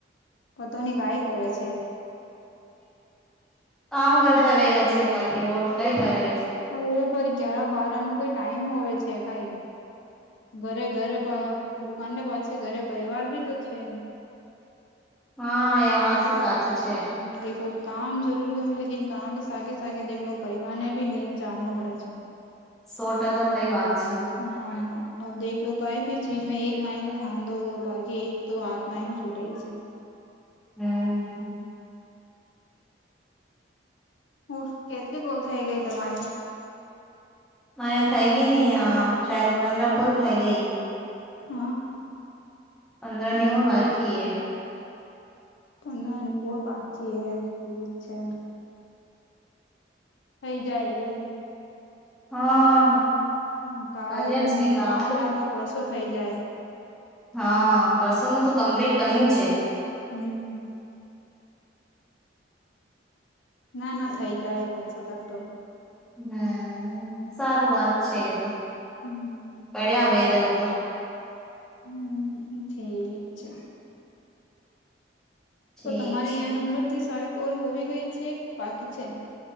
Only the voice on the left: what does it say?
પતોની કઈ કરે છે.
ઓ પણ ગ્યાર બાર નું કઈ ટાઈમ હોય છે કઈ ઘરે ઘરે દુકાન ને પાછ ઘરે પરિવાર ભી તો છે.
દેખો કામ જરૂરી હોવે લકન કામ સાગે સાગે દલો પરિવાર ને ભી લઇન ચાલનો પડે છે.
હા. અ દેખલો લો કઈ ભી ચીજ મે એક માઇને ધન દો દો બાકી એક તો હાથ માનો છૂટે હ છે.
હું કેટલી ઓલ થઇ ગઈ તમારે
હા.
<unintelligible> બાકી એ ઠીક છે. થઈ જાય એ.
હ કાલ
તો
કાલ ના તો પરસો થઈ જાય.
હમ્મ. ના ના થઈ જાય પરસો તક તો.
હમ
હમ્મ ઠીક છે.
તો તમારે
તયાં નંબરથી સારી કોલ હોવી ગઈ છે બાકી છે.